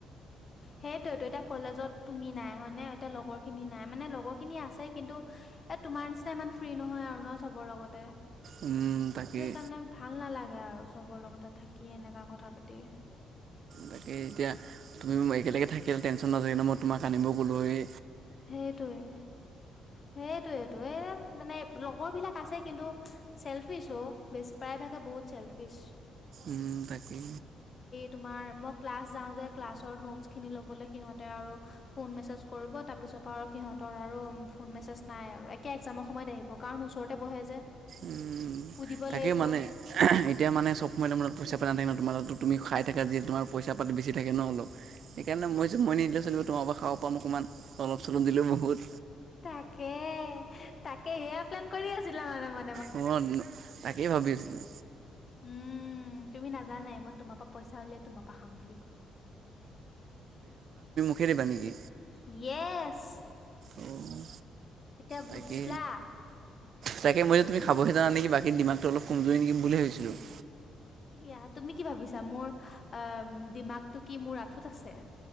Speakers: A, on the left; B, on the right.
A: সেইটোৱেতো এতিয়া কলেজত তুমি নাই হয় নে? তিয়া লগৰ খিনি নাই মানে লগৰ খিনি আছে কিন্তু, এ তোমাৰ নিচিনা ইমান ফ্ৰী নহয় আৰু ন চবৰ লগতে।
B: উম, তাকেই
A: ত' এইকাৰণে ভাল নালাগে। গে আৰু চবৰ লগতে থাকি এনেকা কথা পাতি।
B: তাকে এতিয়া তুমি মই একেলগে থাকিলে টেনচন নহলে হয় ন, মই তোমাক আনিবও গলোঁ হয়। এ
A: সেইটোৱে, সেইটোৱেইটো, এ মানে লগৰ বিলাক আছে কিন্তু চেলফিচ অ বেছি প্ৰায়ভাগে বহুত চেলফিচ।
B: উম, তাকে।
A: তোমাৰ মই ক্লাছ যাওঁ যে, ক্লাছৰ নটচ খিনি লবলৈ সিহঁতে আৰু ফোন মেচেজ কৰিব তাপ তাৰপিছৰ পৰা আৰু সিহঁতৰ আৰু ফোন মেছেজ নাই আৰু একে এক্সামৰ সময়ত আহিব, কাৰণ মোৰ ওচৰতে বহে যে।
B: উম,
A: সুধিব
B: তাকে
A: লাগিব
B: মানে এতিয়া মানে চব সময় তোমাৰ লগত পইচা পেলাই নাথাকে ন তোমাৰ লগত তুমি খাই থাকা যিহেতু তোমাৰ পইচা পাতি বেছি থাকে ন অলপ, সেইকাৰণে মই যে মই নিদিলেওঁ চলিব তোমাৰ অৱ খাব পাম। অকমান অলপ চলপ দিলেও বহুত
A: তাকে তাকে সেয়া প্লেন কৰি আছিলা মানে <unintelligible>
B: অ তাকেই ভাবি আছিলোঁ
A: উম তুমি নাজানাই মই তোমাৰ পৰা পইচা উলিয়াই তোমাৰ পৰা খাম বুলি
B: দিবানিকী
A: ইয়েচ
B: অঁ
A: এতিয়া বুজলা
B: তাকে তাকে মইয়ো তুমি খাবহে যাও নেক বাকী দিমাগটো অলপ কমজৰি নেকি বুলি ভাবছিলো <unintelligible>
A: এয়া তুমি কি ভাবিছা মোৰ অ দিমাগটো কি মোৰ আঁঠুত আছে